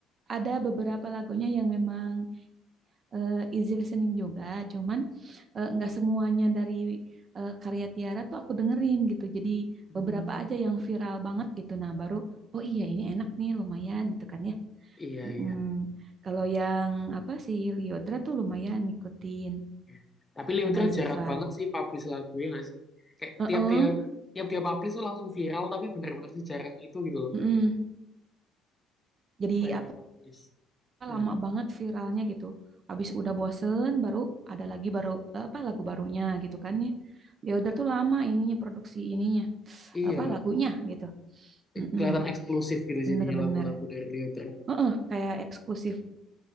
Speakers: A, on the right; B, on the left.
A: ada beberapa lagunya yang memang eh, easy listening juga, cuman eh, nggak semuanya dari eh, karya Tiara tuh aku dengerin gitu. Jadi
B: Hmm,
A: beberapa aja yang viral banget gitu. Nah baru oh iya ini enak nih lumayan gitu kan ya.
B: iya,
A: Mm-mm.
B: iya.
A: Kalau yang apa sih Liodra tuh lumayan ngikutin
B: iya. Tapi Leotra
A: sama Ziva.
B: jarang banget sih publish lagu ya nggak sih? Kayak
A: Heeh,
B: tiap dia tiap dia publish tuh langsung viral tapi bener-bener sih jarang itu gitu loh.
A: mm-mm. Jadi
B: Apa yang
A: apa?
B: dipublish. Mm-mm.
A: lama banget viralnya gitu. Abis udah bosen baru ada lagi baru eh, apa lagu barunya gitu kan ya. Ya udah tuh lama ininya produksi ininya
B: Iya,
A: apa lagunya gitu.
B: eh,
A: Mm-mm,
B: kelihatan eksklusif gitu
A: bener-bener.
B: jadinya lagu-lagu dari Leotra.
A: Heeh, kayak eksklusif.